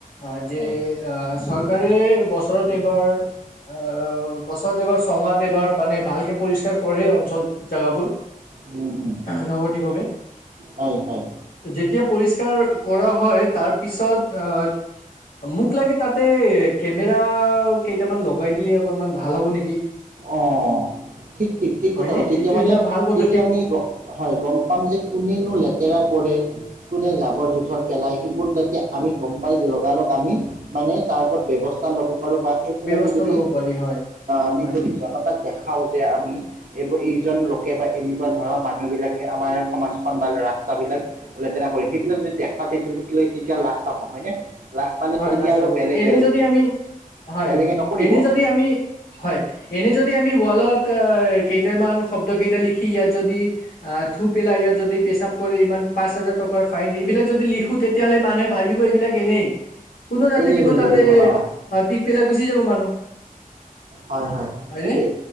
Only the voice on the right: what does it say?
হয়
উম উম,
হয়, হয়।
অ ঠিক ঠিক ঠিক
কথা হয় তেতিয়া
মানে
তেতিয়া আমি হয় গম পাম যে কোনেনো লেতেৰা কৰে। কোনে জাবৰ জোথৰ পেলাই সেইবোৰ যাতে আমি গম পাই যাও। আমি মানে তাৰ ওপৰত ব্যৱস্থা ল'ব পাৰো বা সেইখন
আমি যদি
আমি
যদি জনতাক দেখাও যে আমি। এইবোৰ এইজন লোকে বা এনেকুৱা ধৰৰ মানুহবিলাকে আমাৰ সমাজখন বা ৰাস্তাবিলাক লেতেৰা সেইবিলাক যদি দেখা তেতিয়া তেতিয়া লাষ্ট পাব হয়নে। লাজ পালে
তেতিয়া
আৰু
বেলেগ
বেলেগ।
বেলেগে নকৰিব।
এনেই বুলি
ভাবা
হয় হয়
ঠিকেই